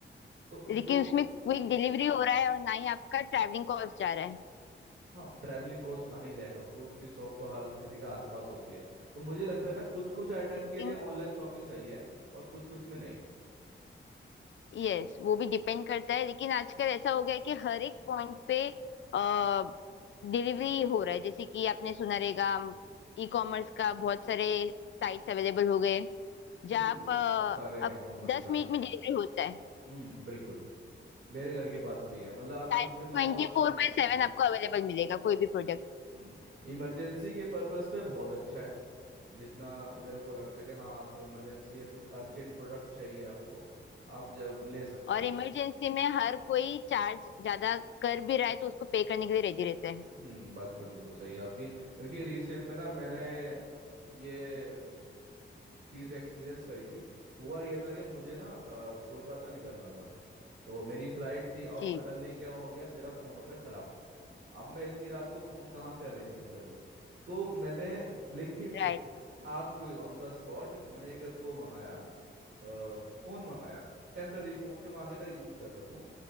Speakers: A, on the right; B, on the left.
A: तो उनको
B: लेकिन उसमें क्विक डिलीवरी हो रहा है और ना ही आपका ट्रैवलिंग कॉस्ट जा रहा है
A: हाँ ट्रैवलिंग कॉस्ट कहाँ ही जाएगा फ्रूट की शॉप तो हर किसी के आसपास होती है तो मुझे लगता है ना कुछ कुछ आइटम
B: लेकिन
A: के लिए ऑनलाइन शॉपिंग सही है और कुछ कुछ में नहीं
B: यस वो भी डिपेंड करता है लेकिन आजकल ऐसा हो गया है कि हर एक पॉइंट पे आ, डिलीवरी हो रहा है जैसे कि आपने सुना रहेगा ई कॉमर्स का बहुत सारे साइट्स अवेलेबल हो गए जहाँ
A: हम्म
B: आप
A: ये तो बहुत सारे
B: अ, अब
A: कंपनीज
B: दस
A: आ
B: मिनट
A: गई
B: में
A: हैं
B: डिलीवरी होता है
A: हम्म बिल्कुल मेरे घर के पास भी है मतलब आप कुछ भी
B: ट्वेंटी
A: मंगाओ दस
B: फोर
A: मिनट में
B: बाय
A: आ जाएगा
B: सेवन आपको अवेलेबल मिलेगा कोई भी प्रोडक्ट
A: हम्म इमरजेंसी के पर्पस पे बहुत अच्छा है जितना मेरे को लगता है कि हाँ आपको इमरजेंसी या कुछ अर्जेंट प्रोडक्ट चाहिए आपको आप जब ले सकते
B: और
A: हो
B: इमरजेंसी
A: का
B: में हर कोई चार्ज ज्यादा कर भी रहा है तो उसको पे करने के लिए रेडी रहता है
A: हम्म बात तो बिल्कुल सही है आपकी क्योंकि रिसेंट में ना मैंने ये चीज़ एक्सपीरियंस करी थी हुआ ये था कि मुझे ना अ, कोलकाता निकलना था तो मेरी फ्लाइट थी अब
B: जी
A: सडनली क्या हो गया मेरा फ़ोन हो गया ख़राब अब मैं इतनी रात को फोन कहाँ से अरेंजमेंट करूँ तो मैंने ब्लिंकिट से
B: राइट
A: रात को ही ऑन द स्पॉट मैंने एक वो मंगाया अ, फोन मंगाया टेम्पररी फोन जो मैं आगे तक यूज कर सकूँ